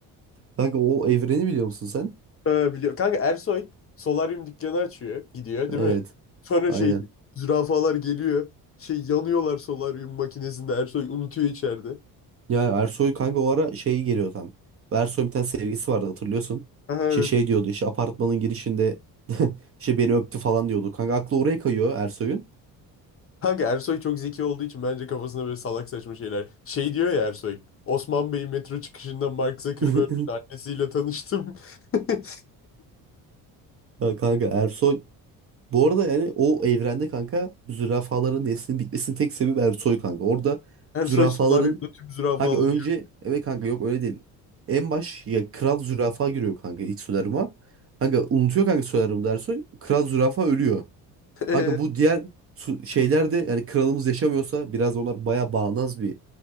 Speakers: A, on the right; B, on the left.
A: kanka o evreni biliyor musun sen?
B: Ee, Biliyor. Kanka Ersoy solaryum dükkanı açıyor. Gidiyor değil
A: Evet
B: mi? Sonra
A: aynen.
B: şey zürafalar geliyor. Şey yanıyorlar solaryum makinesinde. Ersoy unutuyor içeride.
A: Yani Ersoy kanka o ara şey geliyor tam. Ersoy'un bir tane sevgisi vardı hatırlıyorsun.
B: <laughs> evet.
A: İşte şey diyordu işte apartmanın girişinde <laughs> işte beni öptü falan diyordu. Kanka aklı oraya kayıyor Ersoy'un.
B: Kanka Ersoy çok zeki olduğu için bence kafasında böyle salak saçma şeyler. Şey diyor ya Ersoy. Osman Bey'in metro çıkışında Mark Zuckerberg'in
A: <laughs>
B: annesiyle tanıştım. <laughs>
A: Ya Kanka Ersoy bu arada yani o evrende kanka zürafaların neslinin bitmesinin tek sebebi Ersoy kanka. Orada
B: Ersoy
A: zürafaların
B: solaryumda tüm zürafa
A: Kanka
B: alıyor.
A: önce evet kanka yok öyle değil. En baş ya kral zürafa giriyor kanka ilk solaryuma. Kanka unutuyor kanka solaryum dersi. Kral zürafa ölüyor.
B: <laughs>
A: Kanka bu diğer su- şeyler de yani kralımız yaşamıyorsa biraz onlar baya bağnaz bir